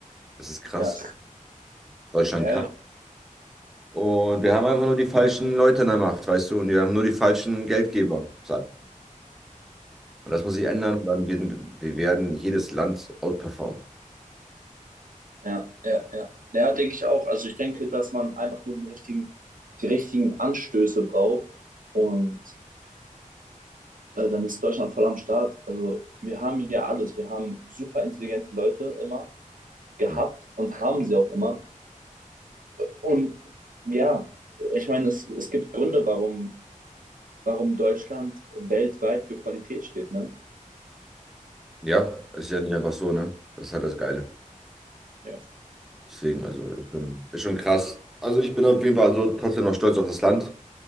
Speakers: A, in the centre; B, on the right.
A: das ist krass.
B: Ja,
A: Deutschland
B: ja,
A: kann.
B: ja.
A: Und wir haben einfach nur die falschen Leute in der Macht, weißt du, und wir haben nur die falschen Geldgeber. So. Und das muss sich ändern, dann werden wir werden jedes Land outperformen.
B: Ja, ja, ja. Ja, denke ich auch. Also ich denke, dass man einfach nur den richtigen, die richtigen Anstöße braucht und äh, dann ist Deutschland voll am Start. Also wir haben hier alles. Wir haben super intelligente Leute immer gehabt
A: Mhm.
B: und haben sie auch immer. Und ja, ich meine, es, es gibt Gründe, warum, warum Deutschland weltweit für Qualität steht, ne?
A: Ja, ist ja nicht einfach so, ne? Das ist halt das Geile.
B: Ja.
A: Deswegen, also, ist schon, ist schon krass. Also, ich bin auf jeden Fall also trotzdem noch stolz auf das Land,